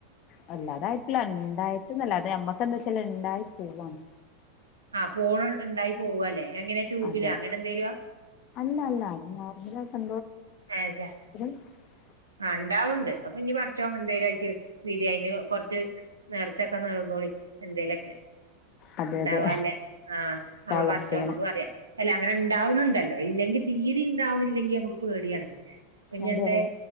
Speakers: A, on the left; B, on the right.
A: വല്ലാതായിട്ടില്ല ഇണ്ടായിട്ട്ന്നല്ലാതെ അമ്മക്കെന്താച്ചാല് ഇണ്ടായി പൊവ്വാണ്.
B: ആ പോൺ ഇണ്ടായി പോവാല്ലെ എങ്ങനെ ട്യൂബില
A: അതെ
B: അങ്ങനെ എന്തേ ല്യൊ?
A: അല്ല അല്ല അത്
B: ആ ശ
A: <unintelligible>
B: ആ ഇണ്ടാവ്ണ്ട് അപ്പൊ ഇഞ്ഞ് പട്ച്ചോൻ എന്തേലായിട്ട് വിധി അയ്ന് കൊർച്ച് ന്നേർച്ചൊക്കെ നേർന്നോളി എന്തേലൊക്കെ.
A: അതെ
B: ഇണ്ടാവാല്ലേ
A: അതെ
B: ആ
A: ഇൻഷാ
B: നമ്മൾ
A: അല്ലാഹ്
B: പട്ച്ചോന്നോട്
A: ചെയ്യണം
B: പറ്യാ. അല്ല അങ്ങനെ ഇണ്ടാവ് ണ്‌ടല്ലോ ഇല്ലെങ്കി തീരിം ഇണ്ടാവ്ണില്ലെങ്കി അമ്മക്ക് പേട്യാണേ. പെഞ്ഞെന്തേ
A: അതെ അതെ